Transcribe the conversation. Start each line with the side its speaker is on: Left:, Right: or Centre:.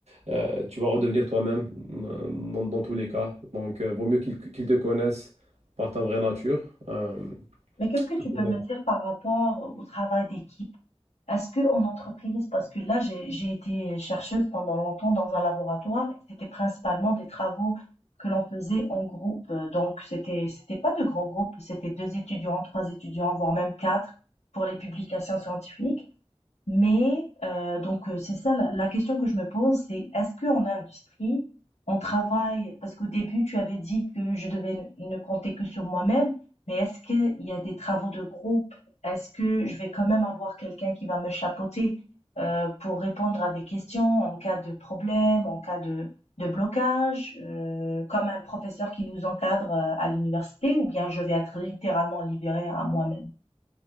Right: euh, tu vas redevenir toi-même euh, dans, dans tous les cas. Donc, euh, vaut mieux qu'ils qu'ils te connaissent par ta vraie nature. Euh,
Left: Mais qu'est-ce que
Right: Tout
Left: tu peux
Right: à fait.
Left: me dire par rapport au travail d'équipe à ce qu'on entreprise, parce que là, j'ai j'ai été chercheuse pendant longtemps dans un laboratoire et c'était principalement des travaux que l'on faisait en groupe. Euh, Donc, c'était, c'était pas de grands groupes, c'était deux étudiants, trois étudiants, voire même quatre pour les publications scientifiques. Mais heu, donc heu, c'est ça la la question que je me pose, c'est est-ce que en industrie, on travaille parce qu'au début, tu avais dit que je devais ne ne compter que sur moi-même, mais est-ce qu'il y a des travaux de groupe? Est-ce que je vais quand même avoir quelqu'un qui va me chapeauter, heu, pour répondre à des questions en cas de problème, en cas de de blocage, heu, comme un professeur qui nous encadre, heu, à l'université ou bien je vais être littéralement libérée à moi-même?